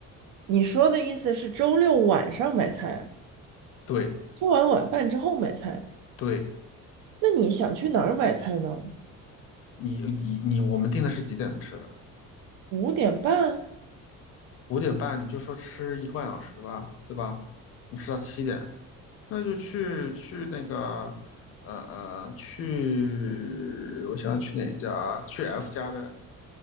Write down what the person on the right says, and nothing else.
你说的意思是周六晚上买菜啊，
吃完晚饭之后买菜。
那你想去哪儿买菜呢？
五点半？